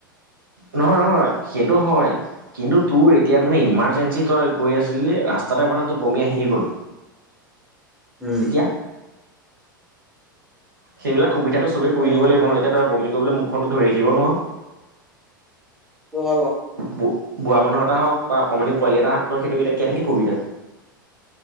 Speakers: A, on the right; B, in the centre.
A: নহয়, নহয়! সেইটো হয়। কিন্তু তোৰ এতিয়া মানে ইমাৰ্জেঞ্চি তই গৈ আছিলি, ৰাস্তাতে মানে তোৰ বমি আহিয়ে গ'ল।
B: উম।
A: তেতিয়া সেইবিলাক সুবিধাটো চবে কৰি
B: অ
A: দিব লাগিব ন! এতিয়া তই আৰু বমি কৰিবলৈ মুখ খনটো ধৰি ৰাখিব নোৱাৰ।
B: নহ'ব।
A: বু বুঢ়া মানুহ এটা হওঁক বা অকনমানি পোৱালি এটা হওঁক সেইটো এতিয়া কেনেকৈ কবি তয়?